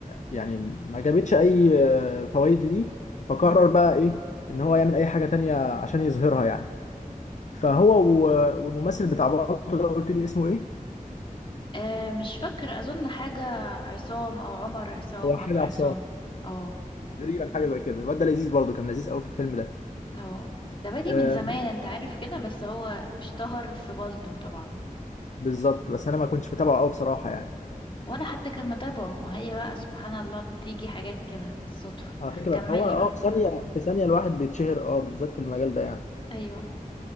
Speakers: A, on the left (about 55°); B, on the left (about 35°).
A: يعني ما جابتش أي آه، فوائد ليه فقرر
B: مم.
A: بقى إيه إن هو يعمل أي حاجة تانية عشان يظهرها يعني فهو و- والممثل بتاع بالطو ده قلت لي اسمه إيه؟
B: آه مش فاكره اظن حاجه عصام او عمر عصام
A: هو
B: عمرو
A: حاجة عصام
B: عصام اه
A: تقريبا حاجة زي كده الواد ده لذيذ برضه كان لذيذ قوي في الفيلم ده
B: اه ده بادي
A: آه
B: من زمان انت عارف كده بس هو اشتهر في بلطو طبعا
A: بالظبط بس أنا ما كنتش متابعه قوي بصراحة يعني
B: ولا حد كان متابعه ما هي بقى سبحان الله بتيجي حاجات كده الصدفة
A: على فكرة
B: كملي
A: هو اه
B: بقى
A: في ثانية
B: ها.
A: في ثانية الواحد بيتشهر اه بالذات في المجال ده يعني
B: ايوه